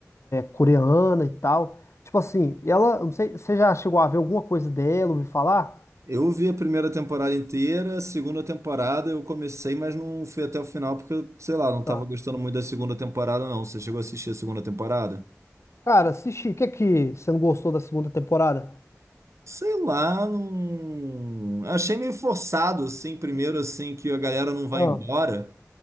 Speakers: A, on the left (about 55°); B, on the right (about 65°).
A: coreana e tal. Tipo assim, ela, eu não sei, você já chegou a ver alguma coisa dela, ouviu falar?
B: Eu vi a primeira temporada inteira, a segunda temporada eu comecei, mas não fui até o final porque, eu, sei lá, não tava
A: Tá.
B: gostando muito da segunda temporada, não. Você chegou a assistir a segunda temporada?
A: Cara, assisti, o que é que você não gostou da segunda temporada?
B: Sei lá, não. Achei meio forçado, assim, primeiro, assim, que a galera não vai
A: Ah,
B: embora.